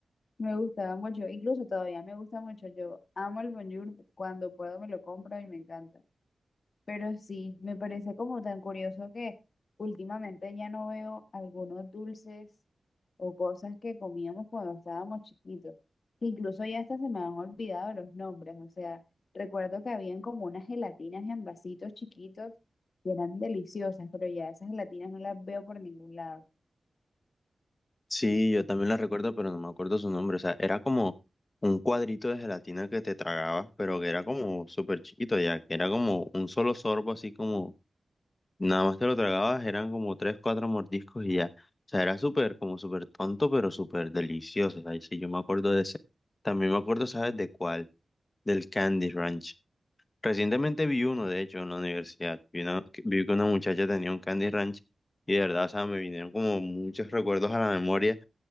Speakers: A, on the left; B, on the left.
A: me gustaba mucho, incluso todavía me gusta mucho. Yo amo el bonjour, cuando puedo me lo compro y me encanta. Pero sí, me parece como tan curioso que últimamente ya no veo algunos dulces o cosas que comíamos cuando estábamos chiquitos. que Incluso ya hasta se me han olvidado los nombres. O sea, recuerdo que habían como unas gelatinas en vasitos chiquitos que eran deliciosas, pero ya esas gelatinas no las veo por ningún lado.
B: Sí, yo también la recuerdo, pero no me acuerdo su nombre. O sea, era como un cuadrito de gelatina que te tragabas, pero que era como súper chiquito ya, que era como un solo sorbo, así como nada más te lo tragabas, eran como tres, cuatro mordiscos y ya. O sea, era súper, como súper tonto, pero súper delicioso. O sea, sí, yo me acuerdo de ese. También me acuerdo, ¿sabes de cuál? Del Candy Ranch. Recientemente vi uno, de hecho, en la universidad. Vi, una- que- vi que una muchacha tenía un Candy Ranch y de verdad, o sea, me vinieron como muchos recuerdos a la memoria